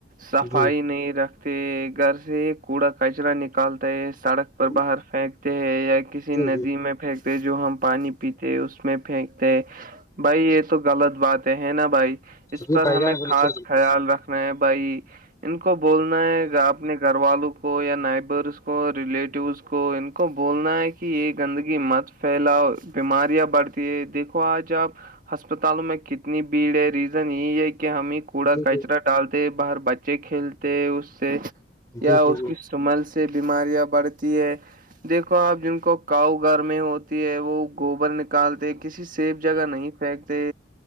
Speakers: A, on the right; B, on the left.
A: صفائی
B: جی
A: نہیں رکھ اے گھر سے کوڑا کچرا نکالتا ہے سڑک پر
B: جی
A: باہر پھینکتے ہے یا کسی ندی
B: جی
A: میں پھینکتے جو ہم پانی پیتے اس میں پھینکتے بھائی یہ تو غلط بات ہے ہے نا بھائی اس
B: جی
A: پر
B: بھائی
A: ہمیں
B: جان بالکل
A: خاص
B: بالکل
A: خیال رکھ میں بھائی ان کو بولنا ہے اپنے گھر والوں کو یا نائبرس کو ریلیٹیوس کو کو بولنا ہے کہ یہ گندگی مت پھیلاؤ بیماریاں بڑھتی ہے دیکھو آج آپ کو ہسپتالوں میں کتنی بھیڑ ہے ریزن یہی ہے کہ ہمیں کوڑا
B: جی
A: کچرا
B: جی
A: ڈالتے ہے باہر بچے کھیلتے اس سے یا
B: جی جی
A: اس
B: جی
A: کی مل سے بیماریاں بڑھتی ہے دیکھو آپ جن کو کاؤ گھر میں ہوتی ہے وہ گوبر نکالتے کسی سیف جگہ نہیں فتے